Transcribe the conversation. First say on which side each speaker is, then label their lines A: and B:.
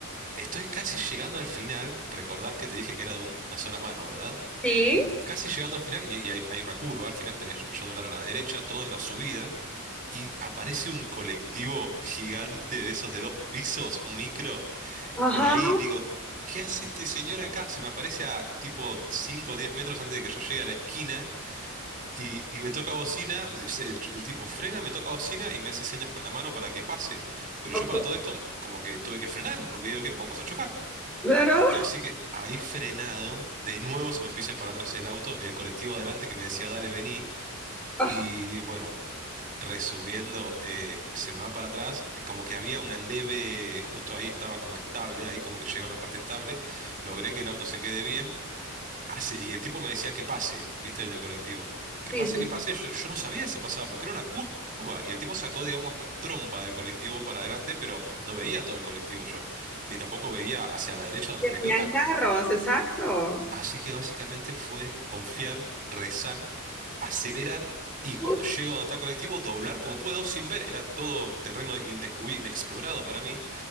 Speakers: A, on the right; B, in the centre.
A: estoy casi llegando al final, recordás que te dije que era de una sola mano, ¿verdad?
B: Sí,
A: casi llegando al final, y, y hay, hay una curva, al final tenés 8 dólares a la derecha, todo en la subida, y aparece un colectivo gigante de esos de dos pisos, un micro,
B: ajá.
A: por ahí. Digo, ¿qué hace este señor acá? Se me aparece a tipo cinco o 10 metros antes de que yo llegue a la esquina, y, y me toca bocina, se- el, el tipo frena, me toca bocina y me hace señas con la mano para que pase. Pero
B: ok,
A: yo para todo esto, como que tuve que frenar, porque digo, ¿qué? Vamos a chocar.
B: Claro.
A: Así que ahí frenado, de nuevo se me empieza a ir para atrás el auto, el colectivo adelante que me decía, dale, vení.
B: Ah,
A: Y bueno, eh, resumiendo, eh, se me va para atrás, eh, como que había una leve, justo ahí estaba como estable, ahí como que llegué a una parte estable, logré que el auto se quede bien. hace- Y el tipo me decía que pase, ¿viste? El del colectivo. Que
B: sí,
A: pase,
B: sí,
A: que pase. Yo, yo no sabía si pasaba, porque era una curva. Y el tipo sacó, digamos, la trompa del colectivo para adelante, pero no veía todo el colectivo yo. Ni tampoco veía hacia la derecha donde tenía
B: tenían
A: que doblar.
B: carros, exacto.
A: Así que básicamente fue confiar, rezar, acelerar y cuando
B: Uy,
A: llego a donde está el colectivo, doblar como puedo sin ver. Era todo terreno indescubierto, inexplorado para mí.